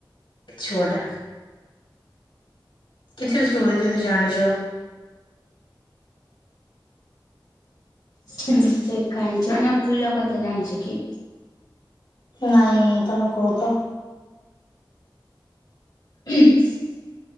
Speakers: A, on the left (about 80°); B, on the left (about 55°).
A: କିଛି ଗୋଟେ? କିଛି ଷ୍ଟୋରି ଯଦି ଜାଣିଛ?
B: ସେ କଞ୍ଚାନ ଫୁଲ କଥା ଜାଣିଛ କି?
A: ନାଇଁ ତମେ କୁହ ତ?
B: <unintelligible>